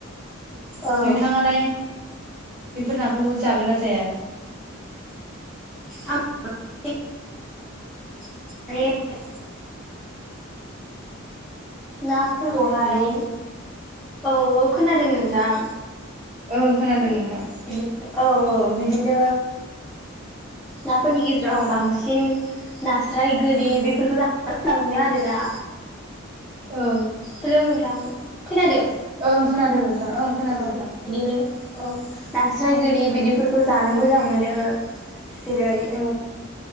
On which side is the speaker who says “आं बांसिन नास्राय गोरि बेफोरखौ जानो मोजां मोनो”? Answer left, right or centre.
Centre